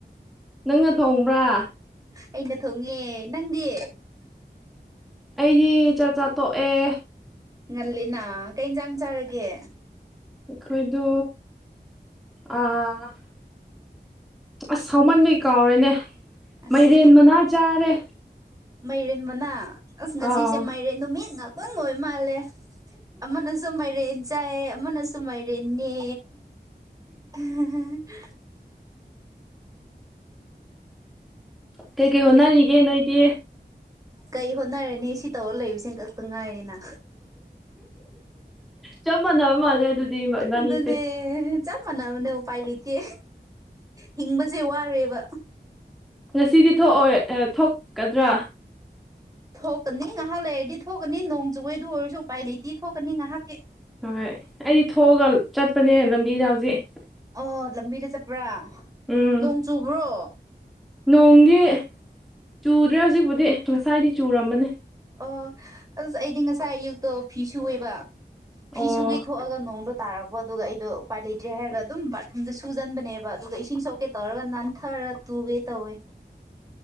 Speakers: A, in the centre; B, on the right (about 20°).
A: ꯅꯪꯅ ꯊꯣꯡꯕ꯭ꯔꯥ
B: ꯑꯩꯅ ꯊꯣꯡꯉꯦ ꯅꯪꯗꯤ
A: ꯑꯩꯗꯤ ꯆꯥ ꯆꯥ ꯇꯣꯛꯑꯦ
B: ꯉꯜꯂꯤꯅ ꯀꯩ ꯌꯦꯟꯖꯥꯡ ꯆꯥꯔꯒꯦ
A: ꯑꯩꯈꯣꯏꯗꫭ ꯑꯥ ꯑꯁ ꯁꯥꯎꯃꯟꯕꯩ ꯀꯥꯎꯔꯦꯅꯦ
B: ꯑꯁ
A: ꯃꯥꯏꯔꯦꯟ ꯃꯅꯥ ꯆꯥꯔꯦ
B: ꯃꯥꯏꯔꯦꯟ ꯃꯅꯥ ꯑꯁ ꯉꯁꯤꯁꯦ
A: ꯑꯥꯎ
B: ꯃꯥꯏꯔꯦꯟ ꯅꯨꯃꯤꯠ ꯉꯥꯛꯇꯪ ꯂꯣꯏ ꯃꯥꯜꯂꯦ ꯑꯃꯅꯁꯨ ꯃꯥꯏꯔꯦꯟ ꯆꯥꯏ ꯑꯃꯅꯁꯨ ꯃꯥꯏꯔꯦꯟꯅꯤ <unintelligible>
A: ꯀꯩ ꯀꯩ ꯍꯣꯠꯅꯔꯤꯒꯦ ꯅꯣꯏꯗꯤ
B: ꯀꯩ ꯍꯣꯠꯅꯔꯅꯤ ꯁꯤ ꯇꯧꯔ ꯂꯩꯕꯁꯤꯅ ꯈꯛꯇ ꯉꯥꯏꯔꯦꯅ
A: ꯆꯞ ꯃꯥꯟꯅꯕ ꯃꯥꯜꯂꯦ ꯑꯗꯨꯗꯤ ꯏꯕ- ꯏꯕꯥꯅꯤꯁꯦ
B: ꯑꯗꯨꯅꯦ ꯆꯞ ꯃꯥꯟꯅꯕꯅ ꯎꯄꯥꯏ ꯂꯩꯇꯦ ꯍꯤꯡꯕꯁꯦ ꯋꯥꯔꯦꯕ
A: ꯉꯁꯤꯗꯤ ꯊꯣꯛꯑꯣꯏ ꯊꯣꯛꯀꯗ꯭ꯔꯥ
B: ꯊꯣꯛꯀꯅꯤ ꯉꯥꯏꯍꯥꯛ ꯂꯩꯔꯗꯤ ꯊꯣꯛꯀꯅꯤ ꯅꯣꯡ ꯆꯨꯕꯒꯤ ꯑꯗꯨ ꯑꯣꯏꯔꯁꯨ ꯎꯄꯥꯏ ꯂꯩꯇꯦ ꯊꯣꯛꯀꯅꯤ ꯉꯥꯏꯍꯥꯛꯀꯤ
A: ꯍꯣꯏ ꯑꯩꯗꯤ ꯊꯣꯛꯑꯒ ꯆꯠꯄꯅꯦ ꯂꯝꯕꯤꯗ ꯍꯧꯖꯤꯛ
B: ꯑꯣ ꯂꯝꯕꯤꯗ ꯆꯠꯄ꯭ꯔꯥ
A: ꯎꯝ
B: ꯅꯣꯡ ꯆꯨꯕ꯭ꯔꯣ
A: ꯅꯣꯡꯗꯤ ꯆꯨꯗ꯭ꯔꯦ ꯍꯧꯖꯤꯛꯄꯨꯗꯤ ꯉꯁꯥꯏꯗꯤ ꯆꯨꯔꯝꯕꯅꯦ
B: ꯑꯣ ꯑꯁ ꯑꯩꯗꯤ ꯉꯁꯥꯏ ꯑꯌꯨꯛꯇꯣ ꯐꯤ ꯁꯨꯑꯦꯕ
A: ꯑꯣ
B: ꯐꯤꯁꯨꯒꯤ ꯊꯣꯛꯑꯒ ꯅꯣꯡꯗ ꯇꯥꯔꯛꯄ ꯑꯗꯨꯒ ꯑꯩꯗꯣ ꯎꯄꯥꯏ ꯂꯩꯇ꯭ꯔꯦ ꯍꯥꯏꯔꯒ ꯑꯗꯨꯝ ꯕꯥꯠꯔꯨꯝꯗ ꯁꯨꯖꯟꯕꯅꯦꯕ ꯑꯗꯨꯒ ꯏꯁꯤꯡ ꯁꯣꯛꯀꯦ ꯇꯧꯔꯒ ꯅꯥꯟꯊꯔ ꯇꯨꯒꯦ ꯇꯧꯋꯦ